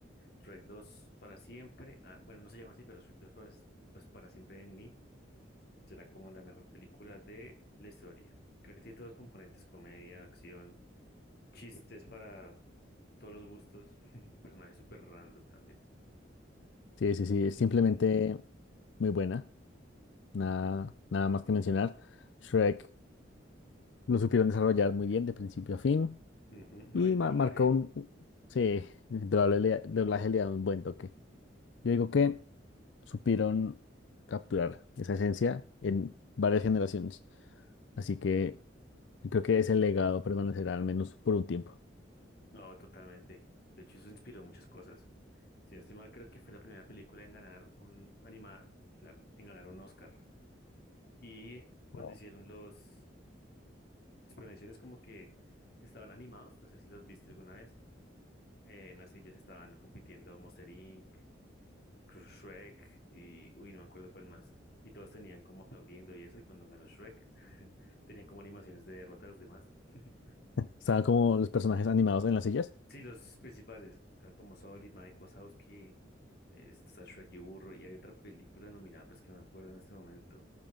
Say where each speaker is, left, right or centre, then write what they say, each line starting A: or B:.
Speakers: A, on the left (about 55°); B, on the left (about 70°).
A: Shrek dos para siempre. Ah, bueno, no se llama así, pero Shrek dos para- pues para siempre en mí será como la mejor película de la historia. Creo que tiene todos los componentes, comedia, acción, chistes para todos los gustos. <laughs> El personaje es súper random también.
B: Sí, sí, sí,
A: <laughs>
B: es simplemente muy buena, nada, nada más que mencionar. Shrek lo supieron desarrollar muy bien de principio a fin
A: Ujú, No,
B: y
A: el
B: ma-
A: doblaje
B: marcó un, sí, el doble- el doblaje le da un buen toque. Yo digo que supieron capturar esa esencia en varias generaciones. Así que creo que ese legado permanecerá al menos por un tiempo.
A: No, totalmente. De hecho, eso inspiró muchas cosas. Si no estoy mal, creo que fue la primera película en ganar un animada, claro, en ganar un Oscar. Y cuando
B: Wow,
A: hicieron los las premiaciones como que estaban animados, no sé si los viste alguna vez. Eh, en las sillas estaban compitiendo Monster Inc., Cru- Shrek y uy, no me acuerdo cuál más. Y todos tenían como aplaudiendo y eso, y cuando ganó Shrek, <laughs> tenían como animaciones de derrota a los demás. <laughs>
B: Estaban como los personajes animados en las sillas.
A: Sí, los principales, claro, como Soul y Mike Wazowski, eh, está Shrek y Burro, y hay otra película nominada, pero es que no me acuerdo en este momento.